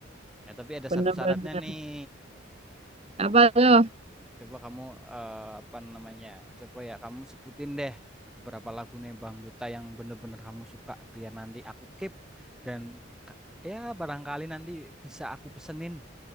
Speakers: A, in the centre; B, on the right (about 30°).
A: Ya, tapi ada
B: Bener-bener.
A: satu syaratnya nih.
B: Apa tuh?
A: Coba kamu eh, apa namanya? Coba ya kamu sebutin deh beberapa lagu nih Bang Duta yang bener-bener kamu suka biar nanti aku keep dan ya barangkali nanti bisa aku pesenin